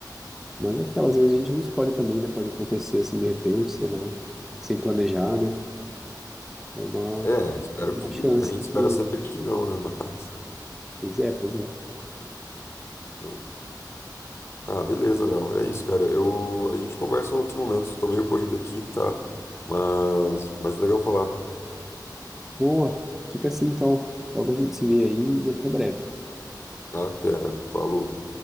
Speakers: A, in the centre; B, on the left (about 35°).
A: Mas é que às vezes a gente não escolhe também, né? Pode acontecer assim de repente, sei lá, sem planejar, né? É uma,
B: É, espero
A: uma
B: que.
A: chance
B: A gente
A: que
B: espera
A: tem.
B: sempre que não, né? <laughs>
A: Pois é, pois é.
B: Mas. Ah, beleza, Léo. É isso, cara. Eu, a gente conversa em outro momento. Estou meio corrido aqui, tá? Mas, mas legal falar.
A: Boa. Fica assim então. Logo a gente se vê aí e até breve.
B: Até. Falou.